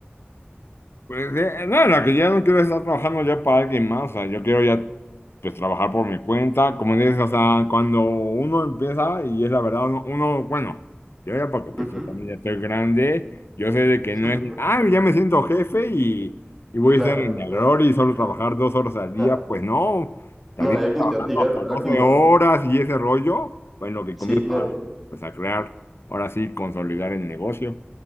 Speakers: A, on the left; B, in the centre.
A: Pues, eh, eh, no, la que ya no quiero es estar trabajando ya para alguien más, o sea, yo quiero ya pues trabajar por mi cuenta, como dices, o sea, cuando uno empieza y es la verdad, uno, uno, bueno, yo ya porque pues
B: Ujú.
A: yo también ya estoy grande, yo sé de
B: <laughs>
A: que no es, ah, ya me siento jefe y, y voy
B: Claro,
A: a estar en
B: claro,
A: la gloria
B: nada,
A: y solo
B: alguien,
A: trabajar
B: alguien-
A: dos horas al día,
B: nada,
A: pues no, también
B: nada,
A: estoy
B: y alguien
A: trabajando
B: te va a llegar,
A: hasta 12
B: alguien va,
A: horas y ese rollo, pues en lo que comienza
B: sí, no.
A: pues a crear, ahora sí, consolidar el negocio.